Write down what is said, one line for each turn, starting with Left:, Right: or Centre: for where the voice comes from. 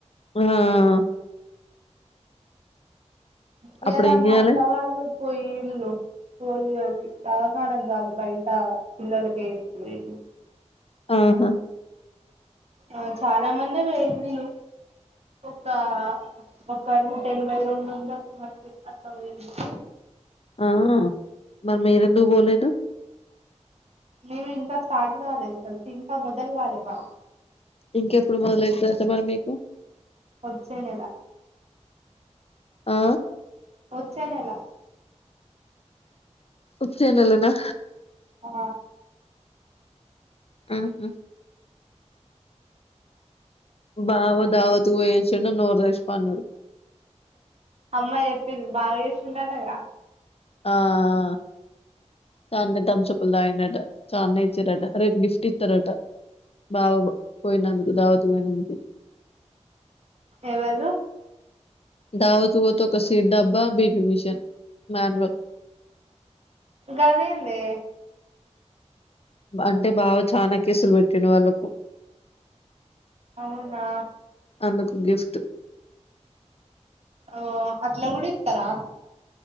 Left: ఆ
Right: ఇయ్యాన
Left: అప్పుడు ఏం
Right: మా
Left: చేయాలే
Right: అక్క వాళ్ళు పొయ్యిల్లు పోలియో కి దావఖానకి కాదు బయట పిళ్ళొల్లకి ఏయనీకి పోయింది
Left: ఆహా
Right: ఆ చాలా మందే పోయిల్లు ఒక ఒక నూట ఎనభై రెండొందలు మంది అట్ల పొయ్యిన్ <inaudible>
Left: ఆ ఆ మరి మీరెందు బోలేదు
Right: మేం ఇంకా స్టార్ట్ కాలేదు అ ఛీ ఇంకా మొదలు కాలేదు మాకు
Left: ఇంకెప్పుడు మొదలైతది అట మరి మీకు
Right: వొచ్చే నెల
Left: ఆ
Right: వొచ్చే నెల
Left: వొచ్చే నెలనా
Right: ఆ
Left: ఊహూ బావ దావత్తుకి పోయొచ్చిండు నోరు తెరిచి పన్నడు
Right: అమ్మ జెప్పింది బాగ జేస్తుండటగా
Left: ఆ ఆ చాల్నే థమ్ సప్లు తాగిండట చాన్నే ఇచ్చిరట రేపు గిఫ్ట్ ఇత్తారట బావుబ పోయినందుకు దావతుకు బోయినందుకు
Right: ఎవళ్ళు
Left: దావత్ బోతే ఒక సీట్ డబ్బా బీపి మిషన్ మ్యాన్ వల్
Right: గదేందే
Left: అంటే బావ చానా కేసులు బెట్టిండు వాళ్ళకు
Right: అవునా
Left: అందుకు గిఫ్ట్
Right: ఓ అట్ల గూడ ఇత్తరా